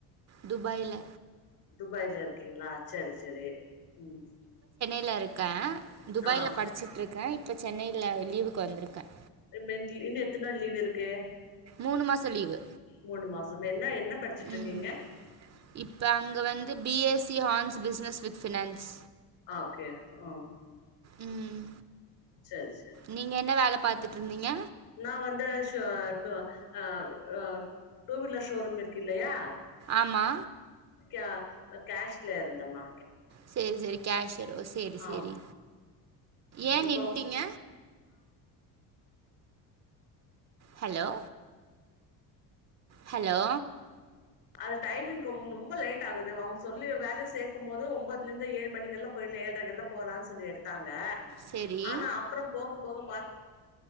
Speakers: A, on the right; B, on the left.
A: துபாயில
B: துபாய்ல இருக் கீங்களா செரி செரி ம்
A: ல இருக்கேன் துபாய்ல
B: ஆ
A: படிச்சிட்ருக்கேன் இப்ப சென்னையில லீவுக்கு வந்திருக்கேன்
B: <unintelligible> இன்னும் எத்தன் நாள் லீவ் இருக்கு
A: மூணு மாசோ லீவு
B: மூணு மாசம் என்ன என்ன படிச்சுட்டு இருக்கீங்க
A: ம் இப்ப அங்க வந்து B S C hons business with finance
B: okay ம்
A: ம்
B: சரி சரி
A: நீங்க என்ன வேலப் பாத்துட்டுருந்தீங்க
B: நா வந்து ஷோ டோ அ அ டூ வீலர் ஷோரூம் இருக்கு இல்லையா
A: ஆமா
B: கா அ கேஷ்ட்ல இருந்தேம்மா
A: செரி செரி கேஷ்யர் ஓ சேரி சேரி
B: ஆமா
A: ஏன்
B: இப்போ
A: நின்ட்டீங்க ஹலோ ஹலோ
B: அது டைமிங்க்கு மூ ரொம்ப லேட் ஆகுது வ அவங்க சொல்லி வேல சேக்கும் போது ஒம்போதுலந்து ஏழு மணிக்கெல்லா போயிட்லா ஏழரைக்க எல்லா போலான் சொல்லி எடுத்தாங்க
A: சேரி
B: ஆனா அப்புறோம் போகப் போக பாத்